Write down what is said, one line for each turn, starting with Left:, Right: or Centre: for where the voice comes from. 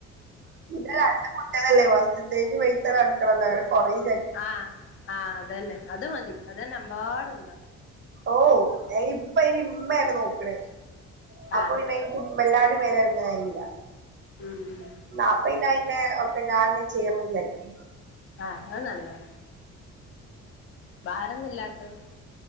Right: പിന്നെ രണ്ട് കുട്ടികളല്ലേ ഫസ്റ്റിത്തേന്റെ വഴയിൽ തന്നെ നടക്കണല്ലോ അങ്ങനെ കൊറയും വിചാരിക്കും.
Left: ആഹ് ആഹ് അതന്നെ അത് മതി അതന്നെ എമ്പാടുണ്ടാവും.
Right: ഓഹ് ഇപ്പ ഇനി ഉമ്മയാണ് നോക്കണത് അപ്പൊ
Left: ആഹ്
Right: പിന്നെ അയിന്റെ വല്ലാതെ മേലനങ്ങാൻ കയില്ല
Left: ഉം
Right: <unintelligible> ഒക്കെ ഞാൻ തന്നെ ചെയ്യണോന്ന് വിചാരിക്കുന്നു
Left: ആഹ് അത് നന്നായി ഭാരൊന്നുല്ലാത്തത്.